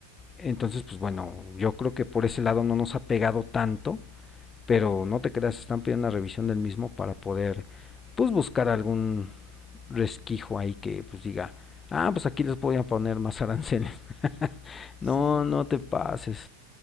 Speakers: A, on the left; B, on the right.
A: Entonces, pues bueno, yo creo que por ese lado no nos ha pegado tanto, pero no te creas, están pidiendo una revisión del mismo para poder, pues buscar algún resquicio ahí que pues diga, ah, pues aquí les voy a poner más aranceles. <laughs>
B: Sí,
A: no, no
B: sí, sí.
A: te pases.